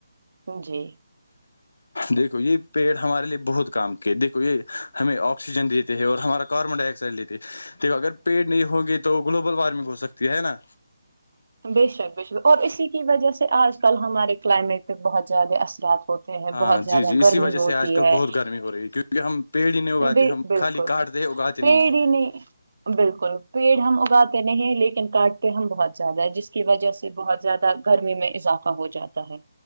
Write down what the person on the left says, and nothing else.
دیکھو یہ پیڑ ہمارے لیے بہت کام کے دیکھو یہ ہمیں آکسیجن دیتے ہیں اور ہمارا کاربن ڈائی آکسائڈ لیتے ہے دیکھو اگر پیڑ نہیں ہوں گے تو تو گلوبل وارمنگ ہو سکتی ہے نا
ہاں
جی جی اسی
وجہ
سے آج کل
بہت گرمی ہو رہی ہے کیونکہ ہم پیڑ ہی نہیں اگاتے
ہم
خالی کاٹتے اگاتے
ہیں